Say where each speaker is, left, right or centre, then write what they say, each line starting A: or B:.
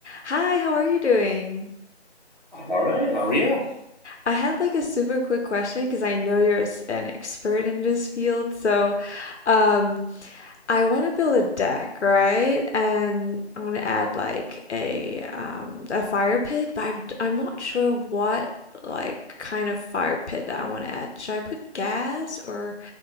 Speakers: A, on the left; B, on the left.
A: Hi, how are you doing?
B: I'm all right. How are you?
A: I had like a super quick question because I know you're s- an expert in this field. So, um, I want to build a deck, right? And I want to add like a um a fire pit, but I'm I'm not sure what like kind of fire pit that I want to add. Should I put gas or,